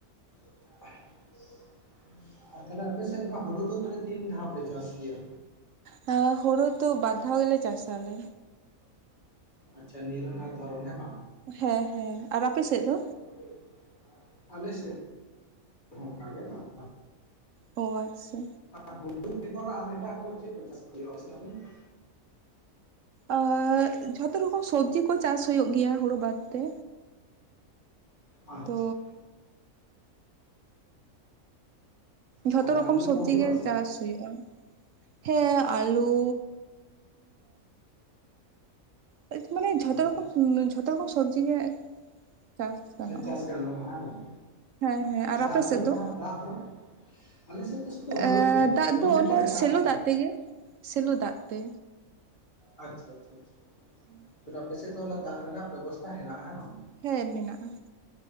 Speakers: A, on the left (about 35°); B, on the right (about 70°).
A: <unintelligible> ᱟᱨ ᱛᱟᱦᱞᱮ ᱟᱯᱮᱥᱮᱫ ᱚᱱᱠᱟ ᱦᱳᱲᱳ ᱫᱚ ᱛᱤᱱ ᱫᱷᱟᱣ ᱯᱮ ᱪᱟᱥ ᱜᱮᱭᱟ?
B: ᱦ ᱦᱚᱲᱚ ᱛᱚ ᱵᱟᱨ ᱫᱷᱟᱣ ᱜᱮ ᱞᱮ ᱪᱟᱥ ᱟᱞᱮ
A: ᱟᱪᱪᱷᱟ ᱱᱤᱨᱱᱟ ᱫᱷᱚᱨᱚᱱ ᱦᱮ ᱵᱟᱝ
B: ᱦᱮᱸ ᱦᱮᱸ ᱟᱨ ᱟᱯᱮᱥᱮᱫ ᱫᱚ?
A: <unintelligible> ᱟᱞᱮ ᱥᱮ <inaudible> ᱦᱚᱸ ᱚᱱᱠᱟ ᱜᱮ <unintelligible>
B: ᱚ ᱟᱪᱪᱷᱟ
A: <unintelligible> ᱟᱨ ᱮᱴᱟᱜ ᱠᱚ ᱪᱮᱫ ᱠᱚ ᱪᱟᱥ ᱦᱩᱭᱩᱜᱼᱟ ᱟᱯᱮ ᱥᱮᱱ <unintelligible>
B: ᱟᱨ ᱡᱷᱚᱛᱚ ᱨᱚᱠᱚᱢ ᱥᱚᱵᱡᱤ ᱠᱚ ᱪᱟᱥ ᱦᱩᱭᱩᱜ ᱜᱮᱭᱟ ᱦᱩᱲᱩ ᱵᱟᱫ ᱛᱮ
A: ᱟᱪᱪᱷᱟ
B: ᱛᱚ
A: <unintelligible>
B: ᱡᱷᱚᱛᱚ
A: ᱟᱨ
B: ᱨᱚᱠᱚᱢ
A: ᱟᱹᱞᱩ
B: ᱥᱚᱵᱡᱤ
A: ᱠᱚ ᱦᱩᱭᱩᱜᱼᱟ
B: ᱜᱮ
A: ᱥᱮ
B: ᱪᱟᱥ ᱦᱩᱭᱩᱜᱼᱟ ᱦᱮᱸ ᱟᱞᱩ ᱦᱚᱭᱛᱚ ᱢᱟᱱᱮ ᱡᱚᱛᱚ
A: ᱟᱪᱪᱷᱟ
B: ᱨᱚᱠᱚᱢ ᱡᱷᱚᱛᱚ ᱨᱚᱠᱚᱢ ᱥᱚᱵᱡᱤ ᱜᱮ ᱪᱟᱥ
A: ᱟᱪᱪᱷᱟ
B: ᱜᱟᱱᱚᱜᱼᱟ
A: ᱪᱟᱥ ᱜᱟᱱᱚᱜᱼᱟ ᱦᱮᱸ ᱵᱟᱝ
B: ᱦᱮᱸ ᱦᱮᱸ ᱟᱨ
A: ᱫᱟᱜ
B: ᱟᱯᱮ ᱥᱮᱫ ᱫᱚ
A: ᱱᱟᱦᱟᱜ ᱫᱟᱜ ᱫᱚ ᱟᱞᱮ ᱥᱮᱫ ᱫᱚ ᱥᱩᱫᱷᱩ ᱦᱩᱲᱩ
B: ᱮᱻ
A: ᱜᱮ
B: ᱫᱟᱜ
A: ᱦᱩᱲᱩ
B: ᱫᱚ
A: ᱵᱮᱜᱚᱨ
B: ᱚᱱᱟ
A: ᱮᱴᱟᱜᱟᱜ
B: ᱥᱮᱞᱚ
A: ᱫᱚ ᱵᱟᱝ
B: ᱫᱟᱜ ᱛᱮ ᱜᱮ ᱥᱮᱞᱚ ᱫᱟᱜ ᱛᱮ
A: ᱟᱪᱪᱷᱟ ᱟᱪᱪᱷᱟ ᱟᱪᱪᱷᱟ
B: ᱦᱮᱸ
A: ᱛᱟᱦᱠᱮ ᱟᱯᱮ ᱥᱮᱫ ᱫᱚ ᱚᱱᱟ ᱫᱟᱜ ᱨᱮᱱᱟᱜ ᱵᱮᱵᱚᱥᱛᱟ ᱦᱮᱱᱟᱜᱼᱟ ᱦᱮᱸ ᱵᱟᱝ?
B: ᱦᱮᱸ ᱢᱮᱱᱟᱜᱼᱟ